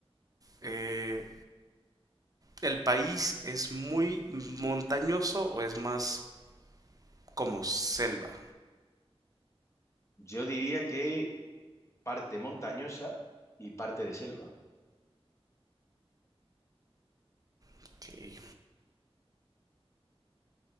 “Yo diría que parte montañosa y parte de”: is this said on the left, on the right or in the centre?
Left